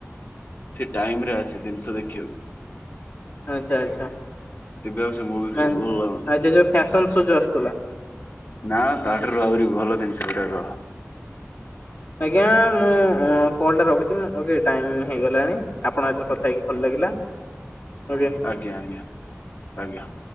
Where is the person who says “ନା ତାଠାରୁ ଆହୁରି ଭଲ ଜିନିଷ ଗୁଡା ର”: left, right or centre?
Left